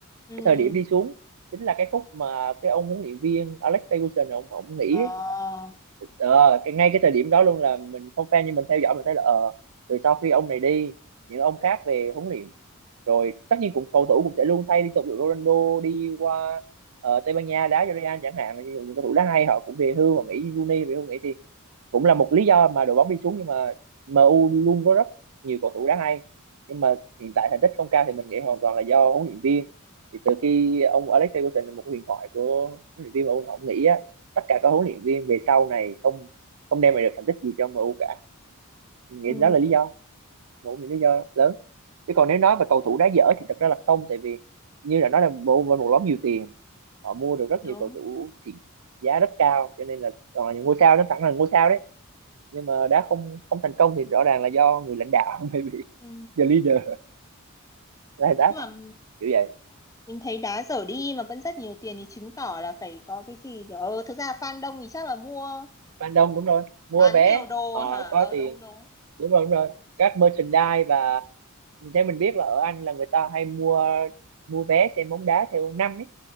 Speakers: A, on the left; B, on the right.
A: Ừ.
B: cái thời điểm đi xuống chính là cái khúc mà cái ông huấn luyện viên Alex Ferguson ông ông nghỉ
A: Ờ,
B: ờ, cái ngay cái thời điểm đó luôn là mình không fan nhưng mình theo dõi mình thấy là ờ từ sau khi ông này đi những ông khác về huấn luyện rồi tất nhiên cũng cầu thủ cũng sẽ luôn thay liên tục ví dụ Ronaldo đi qua ờ, Tây Ban Nha đá cho Real chẳng hạn là những cầu thủ đá hay họ cũng về hưu họ nghỉ Rooney về hưu nghỉ thì cũng là một lý do mà đội bóng đi xuống nhưng mà MU luôn có rất nhiều cầu thủ đáng hay nhưng mà hiện tại thành tích không cao thì mình nghĩ hoàn toàn là do huấn luyện viên thì từ khi ông Alex Ferguson là một huyền thoại của huấn luyện viên MU ông nghĩ á tất cả các huấn luyện viên về sau này không không đem lại được thành tích gì cho MU cả mình nghĩ
A: ừ.
B: đó là lý do một những lý do lớn chứ còn nếu nói về cầu thủ đá dở thì thật ra là không tại vì như là nói là MU với một nhóm nhiều tiền họ mua được rất
A: Đúng.
B: nhiều cầu thủ xịn giá rất cao cho nên là toàn là những ngôi sao nó sẵn là ngôi sao đấy nhưng mà đã không không thành công thì rõ ràng là do người lãnh đạo <laughs> maybe
A: Ừ.
B: the leader là that
A: Nhưng mà
B: kiểu vậy
A: Mình thấy đá dở đi mà vẫn rất nhiều tiền thì chứng tỏ là phải có cái gì kiểu ờ, thực ra fan đông thì chắc là mua
B: fan đông đúng rồi mua
A: bán
B: vé
A: nhiều đồ
B: họ
A: hả?
B: có
A: Ờ
B: tiền
A: đúng đúng.
B: đúng rồi đúng rồi các merchandise và theo mình biết là ở Anh là người ta hay mua mua vé xem bóng đá theo năm ấy